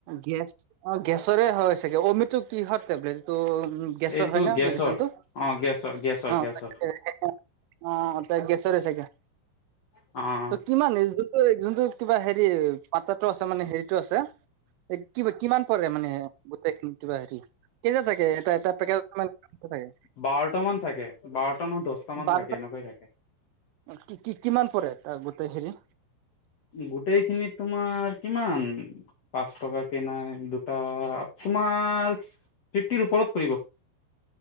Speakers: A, on the right (about 80°); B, on the left (about 80°).
A: গেছ অঁ গেছৰে হয় চাগে, অমিটো কিহৰ টেবলেট এটো উ গছৰ
B: এইটো
A: হয় ন
B: গেছৰ
A: মেডিচনটো
B: অ গেছৰ গেছৰ
A: অঁ
B: গেছৰ
A: <unintelligible> অঁ, তাৰ গেছৰ চাগে।
B: অঁ,
A: ত কিমান এই যোনটো যোনটো কিবা হেৰি পাত্ৰটো আছে মানে হেৰিতটো আছে এই কিবা কিমান পৰে মানে গোটেইখিনি কিবা হেৰি? কেইটা থাকে এটা এটা পেকেট থাকে?
B: বাৰট মান থাকে। বাৰটা নহয় দহটা মান
A: বাৰটা
B: থাকে, এনেকাই থাকে।
A: কি কি কিমান পৰে, তাত গোটেই খিনি?
B: গোটেইখিনিত তোমাৰ কিমান, পাঁচ টকাক নাই দু তাৰ তোমাৰ ফিফটিৰ ওপৰত পৰিব।